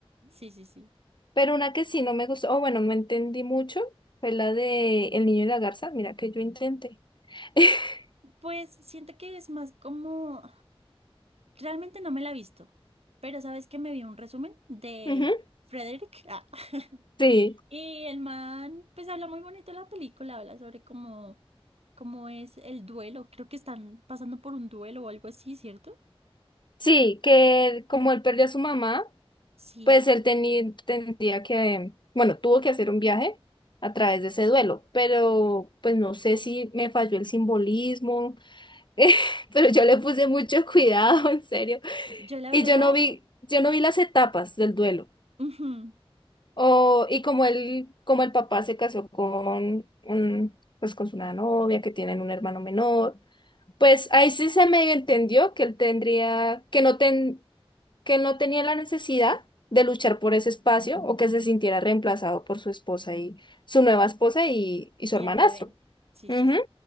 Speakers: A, on the right (about 85°); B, on the left (about 50°).
A: Sí, sí, sí.
B: Pero una que sí no me gustó, o bueno, no entendí mucho, fue la de El niño y la garza. Mira que yo intenté. <laughs>
A: Pues siento que es más como... Realmente no me la he visto, pero sabes que me vi un resumen de
B: Ujú,
A: Frederick. Ah. <laughs>
B: Sí,
A: Y el man, pues habla muy bonito de la película, habla sobre cómo, cómo es el duelo. Creo que están pasando por un duelo o algo así, ¿cierto?
B: sí, que como él perdió a su mamá.
A: Sí,
B: pues él tenía, tendría que, bueno, tuvo que hacer un viaje a través de ese duelo, pero pues no sé si me falló el simbolismo, <laughs> eh, pero yo le puse mucho <laughs> cuidado, en serio,
A: yo la
B: y
A: verdad,
B: yo no vi, yo no vi las etapas del duelo.
A: ujú,
B: O, y como él, como el papá se casó con un, pues con su una novia que tienen un hermano menor, pues ahí sí se me entendió que él tendría, que no ten, que él no tenía la necesidad de luchar por ese espacio o que se sintiera reemplazado por su esposa y su nueva esposa y, y su
A: Y
B: hermanastro.
A: el bebé. Sí,
B: Ujú.
A: sí, sí.